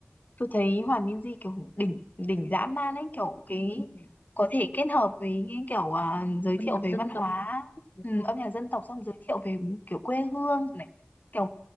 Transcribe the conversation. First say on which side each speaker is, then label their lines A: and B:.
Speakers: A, on the left; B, on the left.
A: tôi thấy Hoàng Minzy kiểu đỉnh đỉnh dã man ấy kiểu cái
B: Ừ.
A: có thể kết hợp với cái kiểu à, giới
B: âm
A: thiệu
B: nhạc
A: về
B: dân
A: văn
B: tộc
A: hóa
B: đúng
A: ừ,
B: rồi.
A: âm nhạc dân tộc xong giới thiệu về kiểu quê hương này kiểu